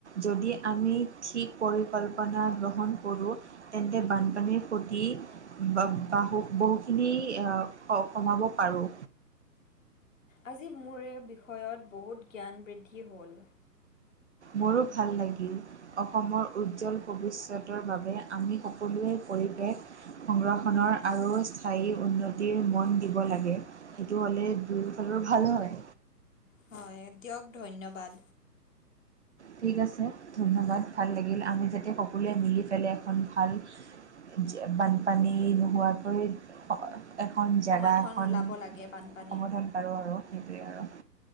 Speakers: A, on the right; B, on the left.
A: যদি আমি ঠিক পৰিকল্পনা গ্ৰহণ কৰোঁ- তেন্তে বানপানীৰ সুতি- বা বাহু বহুখিনি কমাব পাৰোঁ।
B: আজি মোৰ এই বিষয়ত বহুত জ্ঞান বৃদ্ধি হ'ল।
A: মোৰো ভাল লাগিল। অসমৰ উজ্জ্বল ভৱিষ্যতৰ বাবে আমি সকলোৱে পৰিৱেশ- সংৰক্ষণৰ আৰু স্থায়ী উন্নতিৰ মন দিব লাগে। সেইটো হ'লে দুয়ো ফালৰো ভাল হয়।
B: হয়, দিয়ক ধন্যবাদ।
A: ঠিক আছে, ধন্যবাদ। ভাল লাগিল, আমি যাতে সকলোৱে মিলি পেলাই এখন ভাল- যে বানপানী নোহোৱাকৈ- এখন জেগা
B: সমাধান
A: এখন
B: ওলাব লাগে বানপানীৰ
A: সমথন পাৰো আৰু সেইটোৱেই আৰু।